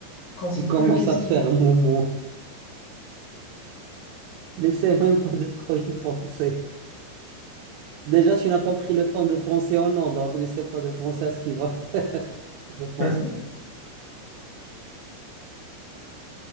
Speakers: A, on the left; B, on the right.
A: quand
B: Il
A: il
B: commence
A: pleut, qu'est-ce
B: à faire
A: qu'il...
B: Momo. <laughs> N'essaie même pas de trop y penser. Déjà, tu n'as pas pris le temps de penser au nom, donc n'essaie pas de penser à ce qu'il va faire, <laughs> je pense.
A: <laughs>